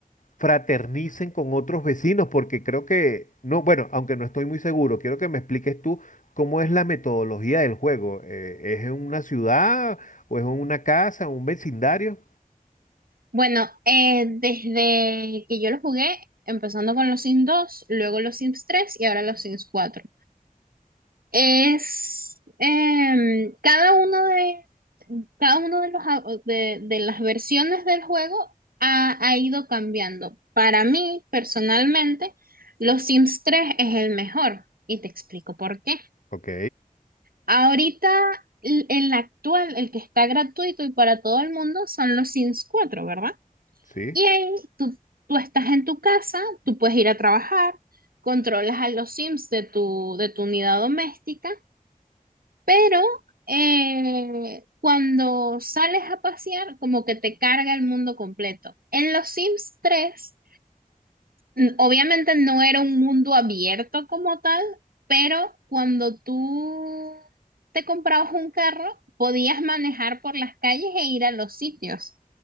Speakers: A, on the left; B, on the right.
A: fraternicen con otros vecinos, porque creo que, no, bueno, aunque no estoy muy seguro, quiero que me expliques tú cómo es la metodología del juego. Eh, ¿es en una ciudad o es en una casa, un vecindario?
B: Bueno, eh, desde que yo lo jugué, empezando con los Sims 2, luego los Sims 3 y ahora los Sims cuatro, Es em, cada uno de cada uno de los au- de, de las versiones del juego ha, ha ido cambiando. Para mí, personalmente, los Sims 3 es el mejor y te explico por qué.
A: Ok,
B: Ahorita el el actual, el que está gratuito y para todo el mundo son los Sims cuatro, ¿verdad?
A: sí.
B: Y ahí tú, tú estás en tu casa, tú puedes ir a trabajar, controlas a los Sims de tu, de tu unidad doméstica, pero eh, cuando sales a pasear, como que te carga el mundo completo. En los Sims 3 n- obviamente no era un mundo abierto como tal, pero cuando tú te comprabas un carro, podías manejar por las calles e ir a los sitios.